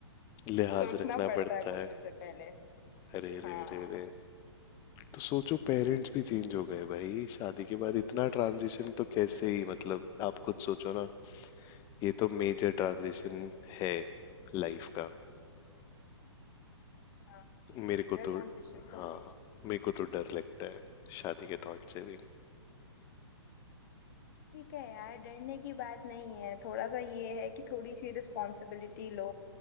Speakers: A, on the left; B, on the left.
A: लिहाज
B: सोचना
A: रखना
B: पड़ता
A: पड़ता
B: है बोलने
A: है
B: से पहले
A: अरे
B: हाँ
A: रे रे रे तो सोचो पेरेंट्स भी चेंज हो गए भाई शादी के बाद इतना ट्रांजिशन तो कैसे ही मतलब आप खुद सोचो ना ये तो मेजर ट्रांजिशन है लाइफ का
B: हाँ
A: मेरे
B: मेजर
A: को तो
B: ट्रांजिशन तो
A: हाँ
B: है
A: मेरे को तो डर लगता है शादी के थॉट से भी
B: ठीक है यार डरने की बात नहीं है थोड़ा सा ये है कि थोड़ी सी रिस्पॉन्सिबिलिटी लो